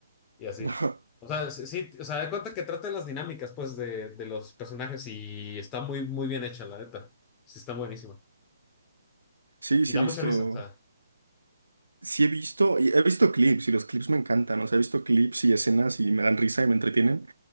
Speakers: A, on the left (about 20°); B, on the right (about 85°).
A: y así.
B: <laughs>
A: O sea, sí, sí, o sea, de cuenta que trata de las dinámicas, pues, de, de los personajes y está muy, muy bien hecha, la neta. Sí, está buenísima.
B: Sí,
A: Y
B: sí
A: da
B: he visto.
A: mucha risa, o sea.
B: Sí he visto, y he visto clips y los clips me encantan, o sea, he visto clips y escenas y me dan risa y me entretienen,